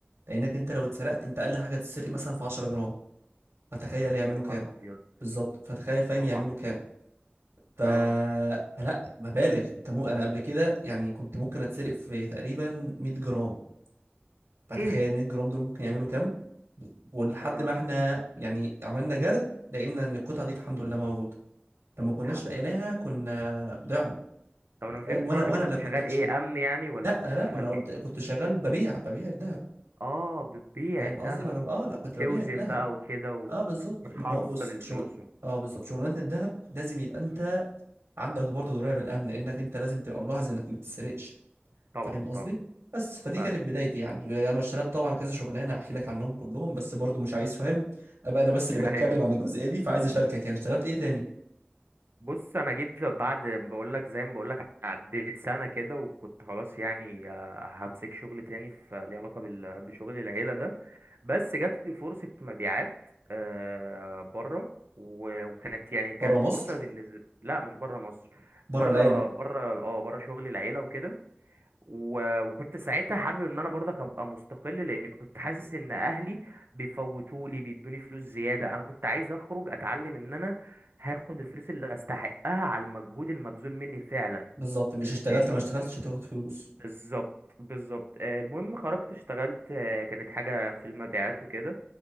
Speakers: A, on the right; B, on the right.
A: لانك انت لو اتسرقت انت اقل حاجه تتسرق مثلا في 10 جرام فتخيل يعملوا
B: يا نهار
A: كام
B: ابيض
A: بالظبط فتخيل فاهم
B: طبعا
A: يعملوا كام ف...
B: اه
A: فلا مبالغ انت مو انا قبل كده يعني كنت ممكن اتسرق في تقريبا 100 جرام فتخيل
B: ايه
A: 100 جرام دول ممكن يعملوا كام ولحد
B: اه
A: ما احنا يعني عملنا جرد لقينا ان القطعه دي الحمد لله موجوده لما كناش
B: الحمد
A: لقيناها
B: لله
A: كنا ضيعنا
B: طب انا ما فهمتش
A: فاهم وانا
B: برضك
A: وانا
B: انت
A: اللي
B: كنت
A: كنت
B: شغال
A: هشيل
B: ايه امن يعني ولا
A: لا
B: كنت
A: لا
B: شغال
A: ما انا قلت
B: ايه
A: كنت شغال ببيع ببيع الذهب
B: اه بتبيع
A: فاهم
B: الذهب
A: قصدي ما انا اه لا كنت
B: وتوزن
A: ببيع الذهب
B: بقى وكده و...
A: اه بالظبط
B: وتحصل
A: ما هو بص
B: الفلوس
A: شغل
B: و...
A: اه بالظبط شغلانه الذهب لازم يبقى انت
B: مم.
A: عندك برضه درايه بالامن لانك انت لازم تبقى ملاحظ انك ما تتسرقش
B: طبعا
A: فاهم قصدي
B: طبعا
A: بس فدي
B: فاهمك
A: كانت بدايتي يعني انا اشتغلت طبعا كذا شغلانه احكي لك عنهم كلهم بس برضو مش عايز فاهم ابقى انا بس
B: <laughs>
A: اللي بتكلم
B: ايوه
A: عن الجزئيه دي فعايز اشاركك يعني اشتغلت ايه تاني
B: بص انا جيت بعد بقول لك زي ما بقول لك عديت سنه كده وكنت خلاص يعني آه، همسك شغل تاني في ليه علاقه بال... بشغل العيله ده بس جات لي فرصة مبيعات آه بره و- وكانت يعني كانت
A: بره مصر
B: فرصة بالنسبة لا مش بره مصر
A: بره
B: بره
A: العيله
B: بره اه بره شغل العيلة وكده و- وكنت ساعتها حابب ان انا برضك ابقى مستقل لان كنت حاسس ان اهلي بيفوتولي بيدوني فلوس زيادة انا كنت عايز اخرج اتعلم ان انا هاخد الفلوس اللي استحقها على المجهود المبذول مني فعلا
A: بالظبط مش اشتغلت
B: فاهمني؟
A: ما اشتغلتش هتاخد فلوس
B: بالظبط بالظبط آه، المهم خرجت اشتغلت آه، كانت حاجة في المبيعات وكده